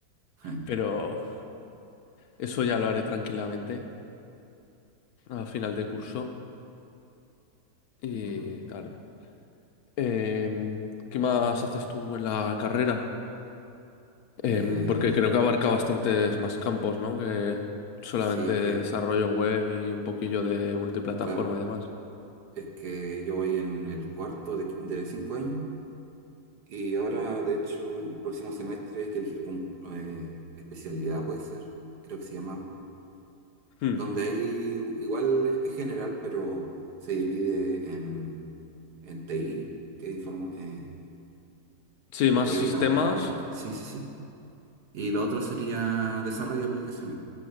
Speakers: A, on the right; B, on the left.
A: <laughs> Je,
B: pero eso ya lo haré tranquilamente a final de curso y
A: ujú.
B: tal. Em, ¿qué más haces tú en la carrera?
A: Eh,
B: Em, porque creo que abarca bastantes más campos, ¿no? Que solamente
A: sí, es
B: desarrollo
A: que,
B: web y un poquillo de multiplataforma
A: claro,
B: y demás.
A: es que yo voy en el cuarto de, de cinco años Y ahora, de hecho, el próximo semestre hay que elegir con, eh, especialidad, puede ser, creo que se llama,
B: Hmm.
A: donde hay, igual es, es general, pero se divide en, en TI, que informo, eh,
B: Sí, más
A: TI
B: sistemas.
A: no, no acuerdo, sí, sí, sí. Y lo otro sería desarrollo de aplicaciones,